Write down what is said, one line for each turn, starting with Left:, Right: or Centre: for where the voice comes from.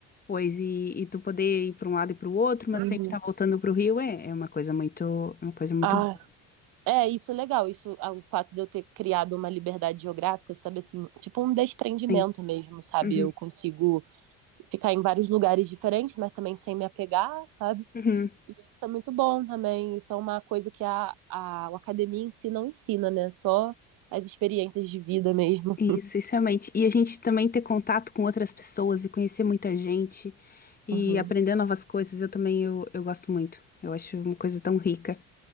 Left: Pois, e, e tu poder ir para um lado e para o outro, mas
Right: Uhum.
Left: sempre estar voltando para o Rio é, é uma coisa muito, é uma coisa muito
Right: Ah,
Left: boa.
Right: é, isso é legal. Isso, ah, o fato de eu ter criado uma liberdade geográfica, sabe assim, tipo um desprendimento
Left: Sim.
Right: mesmo, sabe?
Left: Uhum.
Right: Eu consigo ficar em vários lugares diferentes, mas também sem me apegar, sabe?
Left: Uhum.
Right: Isso é muito bom também. Isso é uma coisa que a, a, a academia em si não ensina, né? Só as experiências de vida mesmo.
Left: Isso, isso realmente. E a gente também ter contato com outras pessoas e conhecer muita gente e
Right: Uhum.
Left: aprender novas coisas, eu também eu, eu gosto muito. Eu acho uma coisa tão rica.